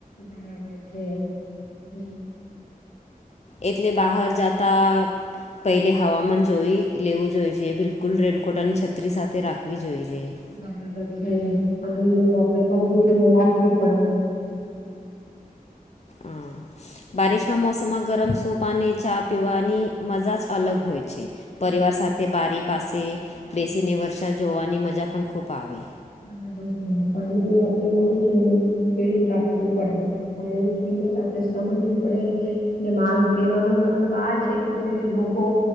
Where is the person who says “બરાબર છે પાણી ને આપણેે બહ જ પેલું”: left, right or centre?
Left